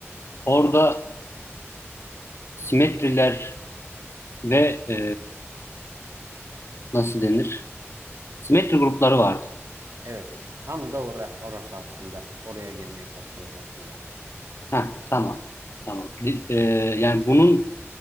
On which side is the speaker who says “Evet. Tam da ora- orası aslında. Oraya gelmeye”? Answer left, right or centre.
Right